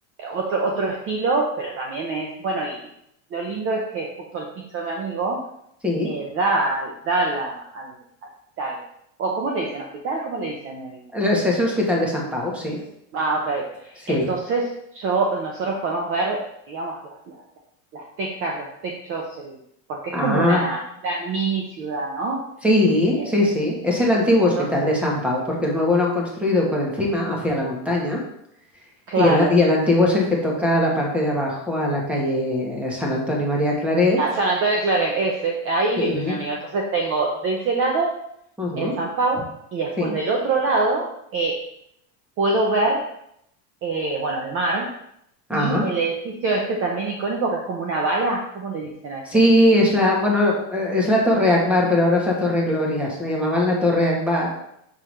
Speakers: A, on the right; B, in the centre.
A: otro, otro estilo, pero también es, bueno, y lo lindo es que justo el piso de mi amigo
B: sí.
A: eh, da, al- da a la- al, al hospital. ¿O cómo le dicen hospital? ¿Cómo le dicen el?
B: Es, es el Hospital de San Pau, sí,
A: Ah, ok.
B: sí.
A: Entonces yo, nosotros podemos ver, digamos, las, las- las tejas, los techos, el, porque
B: Ah,
A: es como una, una mini ciudad, ¿no?
B: sí,
A: Eh,
B: sí, sí. Es el antiguo
A: Entonces,
B: Hospital de San Pau porque el nuevo lo han construido por encima, hacia la montaña.
A: claro.
B: Y el, a- y el antiguo es el que toca a la parte de abajo, a la calle San Antonio y María Claret.
A: a San Antonio de Claret, ese, ahí
B: Sí,
A: vive mi amiga. Entonces tengo de ese lado
B: ujú,
A: el San Pau y después
B: sí.
A: del otro lado eh, puedo ver, eh, bueno, el mar
B: Ah,
A: y el edificio este también icónico que es como una bala, ¿cómo le dicen a ese?
B: sí, es la, bueno, eh, es la Torre Akbar, pero ahora es la Torre Glorias. Le llamaban la Torre Akbar.